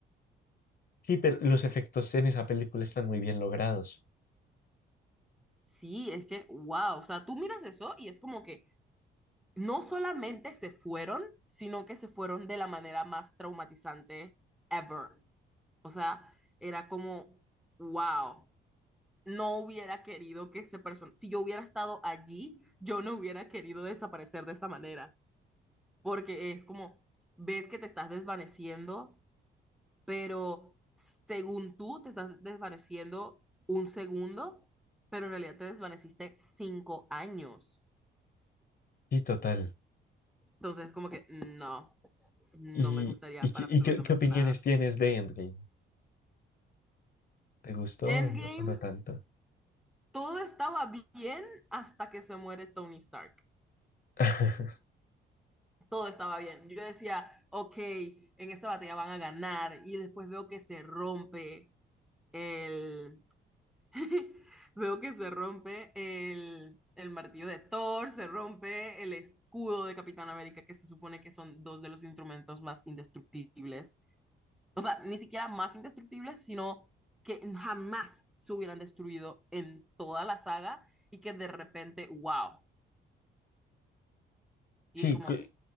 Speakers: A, on the left (about 50°); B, in the centre.
A: Sí, pero los efectos en esa película están muy bien logrados.
B: Sí, es que, wow. O sea, tú miras eso y es como que no solamente se fueron, sino que se fueron de la manera más traumatizante ever. O sea, era como, wow. no hubiera querido que ese persona, si yo hubiera estado allí, yo no hubiera querido desaparecer de esa manera, porque es como, ves que te estás desvaneciendo, pero según tú te estás desvaneciendo un segundo, pero en realidad te desvaneciste cinco años.
A: Sí, total.
B: Entonces, como que no, no
A: ¿Y,
B: me gustaría
A: y,
B: para
A: qué,
B: absolutamente
A: y qué- qué opiniones
B: nada.
A: tienes de Endgame? ¿Te gustó
B: Endgame,
A: o no, o no tanto?
B: todo estaba bien hasta que se muere Tony Stark.
A: <laughs>
B: todo estaba bien. Yo decía, ok, en esta batalla van a ganar y después veo que se rompe el... <laughs> veo que se rompe el, el martillo de Thor, se rompe el escudo de Capitán América, que se supone que son dos de los instrumentos más indestructibles. O sea, ni siquiera más indestructibles, sino que jamás se hubieran destruido en toda la saga y que de repente, wow. Y
A: Sí,
B: es como,
A: cu-